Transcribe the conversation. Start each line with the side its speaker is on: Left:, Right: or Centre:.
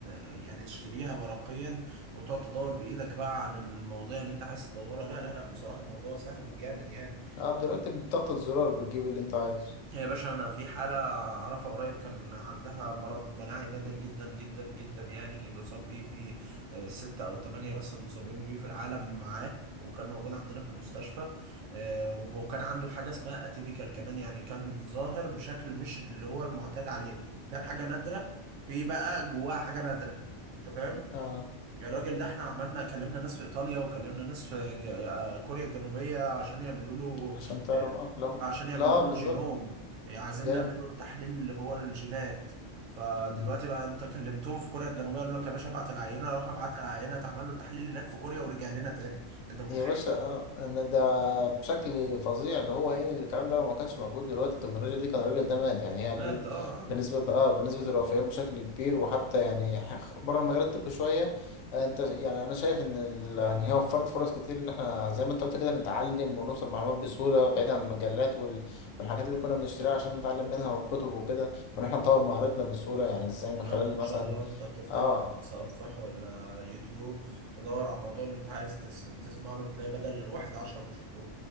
Right: يعني تشتريها ورقيا وتقعد تدور بإيدك بقى عن المواضيع اللي انت عايز تدورها لا لا لا بصراحة الموضوع سهل جامد يعني
Left: اه دلوقتي بضغطة زرار بتجيب اللي أنت عايزه
Right: يا باشا انا في حاله اعرفها قريب كان عندها مرض مناعي نادر جدا جدا جدا يعني بيصاب بيه في آه، ستة او ثمانية بس المصابين بيه في العالم معاه وكان موجود عندنا في المستشفى آه، وكان عنده حاجه اسمها اتيبيكال كمان يعني كان ظاهر بشكل مش اللي هو المعتاد عليه كان حاجه نادره في بقى جواها حاجه نادره انت فاهم
Left: اه
Right: الراجل ده احنا عملنا كلمنا ناس في ايطاليا وكلمنا ناس في ج- آه، كوريا الجنوبية عشان يعملوا له
Left: عشان تعرف
Right: آه،
Left: اه لو
Right: عشان يعملوا
Left: لا آه
Right: له
Left: بالظبط
Right: جينوم يعني عايزين
Left: جامد
Right: نعمل له تحليل اللي هو الجينات فدلوقتي
Left: مم.
Right: بقى انت كلمتهم في كوريا الجنوبية قالوا لك يا باشا ابعت العينة راح ابعت العينة اتعمل له التحليل هناك في كوريا ورجع لنا تاني انت متخيل
Left: يا باشا اه أنا ده بشكل فظيع اللي هو ايه الكلام ده لو ما كانش موجود دلوقتي التكنولوجيا دي كان الراجل ده مات يعني هي قللت
Right: مات اه اه
Left: بنسبة اه بنسبة الوفيات بشكل كبير وحتى يعني بره المجال الطبي شوية آه، انت يعني انا شايف ان ال- ان هي وفرت فرص كتير ان احنا زي ما انت قلت كده نتعلم ونوصل معلومات بسهولة بعيد عن المجلات وال- والحاجات اللي كنا بنشتريها عشان نتعلم منها والكتب وكده وان احنا نطور مهارتنا بسهولة يعني ازاي
Right: النهارده
Left: من خلال
Right: ما
Left: مثلا
Right: شاء الله انت بتفتح
Left: اه
Right: المتصفح ولا يوتيوب تدور على الموضوع اللي انت عايز تس- تسمع له بتلاقي بدل الواحد عشرة بيشرحوا